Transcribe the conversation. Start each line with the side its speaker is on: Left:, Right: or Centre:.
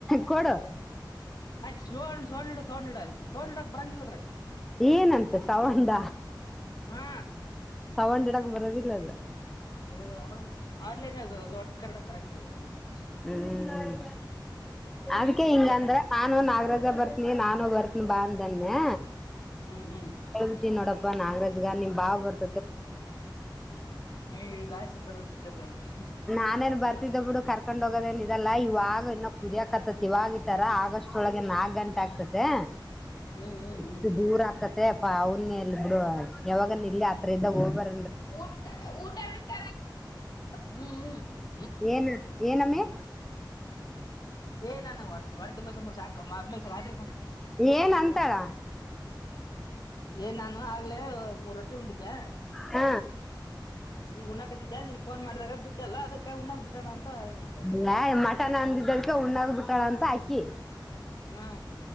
Centre: ಕೊಡು. <inaudible> <unintelligible>
Left: ಆಯ್ ಸೋಂಡ್ ಸೋಂಡು ಸೋಈಡ ಅಂತೆ ಸೋಡಕ್ ಬಂದಂಗಿಲ್ಲದ್ರಾಗ.
Centre: ಏನಂತೆ ಸೌಂಡ
Left: ಹಾ
Centre: ಸೌಂಡ್ ಹಿಡಕ್ ಬರೋದಿಲ್ಲ ಅದು.
Left: ಅದು ಅವ್ರ ಆನಲೈನಗ ಲೋಡ್ ಸ್ಪೀಕೆರ್ ಇಡಕ್ ಬರಂಗಿಲ್ಲ ಇದು ಒಂದ್. <unintelligible>
Centre: ಹ್ಮ್ ಅದಕ್ಕೆ ಹಿಂಗ
Left: ಮತ್ತೆಕ್ಕ
Centre: ಅಂದ್ರ. ನಾನು ನಾಗರಾಜ ಬರ್ತನಿ ನಾನು ಬರ್ತನಿ ಬಾ ಅಂದನ್ನೆ.
Left: ಹ್ಮ್ ಹ್ಮ್
Centre: ಹೇಳ್ಬಿಟ್ಟಿ ನೋಡಪ್ಪ ನಾಗರಾಜ್ಗ ನಿಮ್ ಬಾವ್ ಬರ್ತ್
Left: ಏ ದಾಶ ತರಸ್ ಬಿಟ್ಟರ್ತರಕ್ಕಿ.
Centre: ನಾನೇನ್ ಬರ್ತಿದ್ದ ಬಿಡು ಕರ್ಕೊಂಡ್ ಹೋಗೋದೇನ್ ಇದಲ್ಲ ಇವಾಗ ಇನ್ನೊ ಕುದಿಯಾಕತ್ತತಿ ಇವಾಗ. ಆಗಸ್ಟ್ ಒಳಗೆ ನಾಗಂಟೆ ಆಗ್ರೈತೆ
Left: ಹ್ಮ್ ಹ್ಮ್
Centre: ಇಷ್ಟು ದೂರ ಆಕ್ ತೆ ಅವ್ನ ಎಲ್ಲಿ ಬಿಡು ಯವಾಗನ ಇಲ್ಲಿ ಹತ್ರ ಇದ್ದಾಗ ಹೋಗಬರ
Left: ಊಟ ಊಟ ಬಿಟ್ಟರ ಹ್ಮ್ ಹ್ಮ.
Centre: ಏನ್ ಏನಮ್ಮಿ.
Left: ಏ ನಾನ ಹೊಟ್ಸ್ ಹೋಟ್ <unintelligible> ತುಬಿದ್ ತುಂಬುರ ಸಾಕ <unintelligible>
Centre: ಏನ್ ಅಂತಳ.
Left: ಏ ನಾನು ಆಗ್ಲೇ ಮೂರೊಟ್ಟಿ ಉಂಡಿದ್ಯಾ.
Centre: ಹ್ಮ
Left: ಈಗ ಉಣ್ಣಕತಿದ್ದ ನಿನ್ ಫೋನ್ ಮಾಡಿದಾಗ ಬಿಟ್ಟೇಲ್ಲ ಅದಕ್ಕ ಉಣ್ಣದ ಬಿಟ್ಟನ ಅಂತ ಹಿಂಗ
Centre: ಇಲ್ಲಾಯಿ ಮಟನ್ ಅಂದಿದ್ದಕ್ಕೆ ಉಣ್ಣದ ಬಿಟ್ಟಳಂತ ಅಕಿ.
Left: ಹ್ಮ